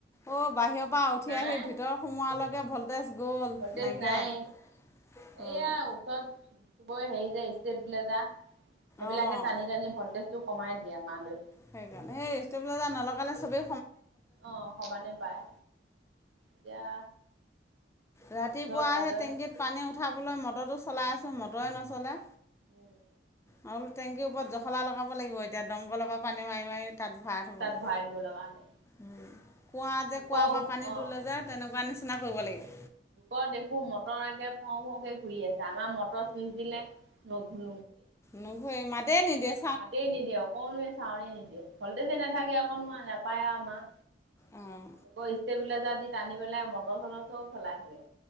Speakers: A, on the left; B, on the right.
A: অ', বাহিৰৰ পৰা আহি উঠি
B: নাই
A: আহি ভিতৰ হোমোৱালৈকে ভল্টেজ গ'ল
B: ভল্টেজ
A: নাইকিয়াই
B: নাই এইয়া
A: অ'।
B: ওচৰত চবৰে হৈ যায় ষ্টেপলেজাৰ সেইবিলাকে
A: অ'
B: টানি টানি ভল্টেজ টো কমাই দিয়ে আমালৈ।
A: সেইকাৰণে, এই ষ্টেপলেজাৰ নলগালে চবে
B: অ', সমানে পায় এতিয়া
A: ৰাতিপুৱাহে
B: ওচৰ পাজৰে
A: টেংকিত পানী উঠাবলৈ ম'টৰটো চলাই
B: উম,
A: আছো ম'টৰে নচলে।
B: উম।
A: আৰু লু টেংকিৰ ওপৰত জখলা লগাব লাগিব এতিয়া দমকলৰ পৰা পানী মাৰি মাৰি তাত ভৰাই থ'বলৈ
B: তাত ভৰাই দিব লগা হলে
A: উম। কুঁৱা যে,
B: লোকৰ
A: কুঁৱাৰপা পানী
B: অ
A: তোলে যে, তেনেকুৱা নিচিনা কৰিব
B: অ
A: লাগিব।
B: লোকৰ দেখো মটৰ একে ফ, ফকে, ঘূৰি আছে। আমাৰ মটৰ চুইচ দিলে ন, ঘূ
A: নুঘূৰে, মাতে নিদিযয়ে।
B: মাতেই নিদিয়ে অকণোৱে চাউনে নিদিয়ে, ভলটেজে নাথাকে অকণো নাপায় আমাৰ।
A: অঁ
B: লোকৰ ষ্টেবিলাইজাৰ দি টানি পেলাই মটৰ চটৰ চ'ব চলাই থাকে।